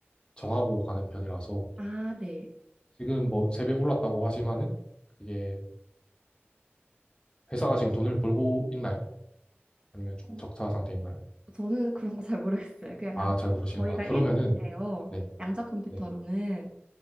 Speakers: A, on the left (about 20°); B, on the right (about 20°).
A: 정하고 가는 편이라서
B: 아, 네.
A: 지금 뭐 세배 올랐다고 하지만은 그게 회사가 지금 돈을 벌고 있나요? 아니면 좀
B: 어,
A: 적자 상태인가요?
B: 저는 그런 거 잘 모르겠어요. 그냥
A: 아,
B: 남,
A: 잘 모르시는구나.
B: 저희가 1등이래요.
A: 그러면은 네,
B: 양자 컴퓨터로는.
A: 네,